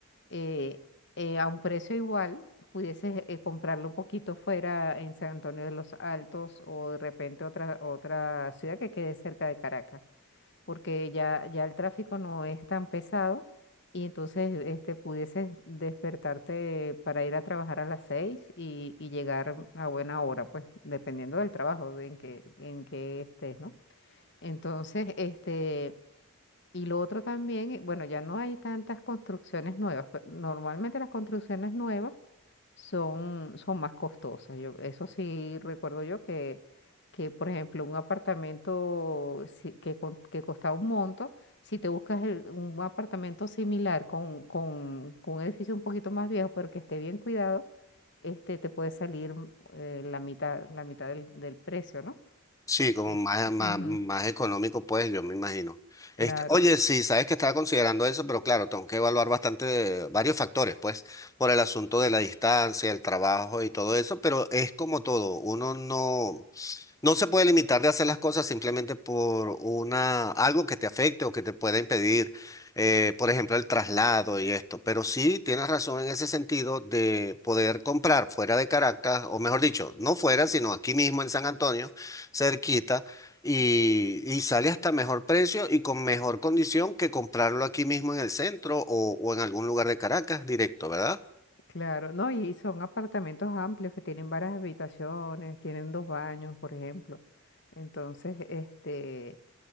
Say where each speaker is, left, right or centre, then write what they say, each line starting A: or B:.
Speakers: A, on the left; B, on the left.
A: eh, eh, a un precio igual, pudieses eh, comprarlo un poquito fuera en San Antonio de los Altos o de repente otra, otra ciudad que quede cerca de Caracas porque ya, ya el tráfico no es tan pesado y entonces este, pudieses despertarte para ir a trabajar a las 6 y, y llegar a buena hora, pues dependiendo del trabajo de en que, en que estés, ¿no? Entonces, este, y lo otro también, eh, bueno, ya no hay tantas construcciones nuevas. pe- Normalmente las construcciones nuevas son, son más costosas. Yo, eso sí recuerdo yo que, que, por ejemplo, un apartamento si- que, con- que costaba un monto, si te buscas el- un apartamento similar con, con- con un edificio un poquito más viejo, pero que esté bien cuidado, este, te puede salir eh, la mitad, la mitad del, del precio, ¿no?
B: Sí, como
A: Sí.
B: más, más,
A: Ujú,
B: más económico, pues yo me imagino.
A: claro.
B: Este, oye, sí, sabes que estaba considerando eso, pero claro, tengo que evaluar bastante, varios factores, pues, por el asunto de la distancia, el trabajo y todo eso, pero es como todo, uno no. No se puede limitar de hacer las cosas simplemente por una, algo que te afecte o que te pueda impedir, eh, por ejemplo, el traslado y esto. Pero sí tienes razón en ese sentido de poder comprar fuera de Caracas, o mejor dicho, no fuera, sino aquí mismo en San Antonio, cerquita, y, y sale hasta mejor precio y con mejor condición que comprarlo aquí mismo en el centro o, o en algún lugar de Caracas directo, ¿verdad?
A: Claro, no, y son apartamentos amplios que tienen varias habitaciones, tienen dos baños, por ejemplo. Entonces, este,